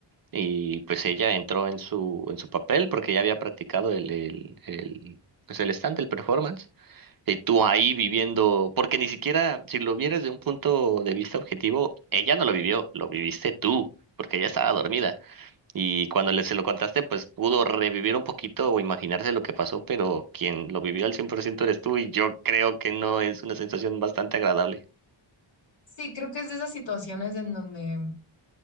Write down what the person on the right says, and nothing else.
Y pues ella entró en su, en su papel porque ya había practicado el, el, el, pues el stand, el performance. Y tú ahí viviendo, porque ni siquiera, si lo vieras de un punto de vista objetivo, ella no lo vivió, lo viviste tú, porque ella estaba dormida. Y cuando le, se lo contaste, pues pudo revivir un poquito o imaginarse lo que pasó, pero quien lo vivió al 100% eres tú y yo creo que no es una sensación bastante agradable.